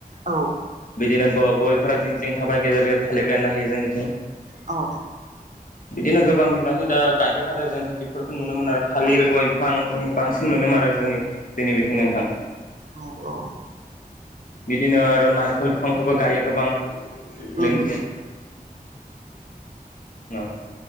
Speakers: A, on the right; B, on the left.
A: औ।
B: बिदिनो ग- गयफोरा जिं- जिं थाबाय गेजेर -गेजेर थालिर गायनो हायो जोंनिथिं।
A: औ।
B: बिदिनो गोबां बिबांनि दा गायबाय थादों जोंथि बेफोरखौ नुनो मोनोन आरो थालिर गय बिफां जों बांसिन नुनो मोनोन आरो जोंनि जोंनि बिथिं नोंथां।
A: औ औ।
B: बिदिनो आरो नारिखल बिफांफोरबो गायो गोबां। <unintelligible>
A: उम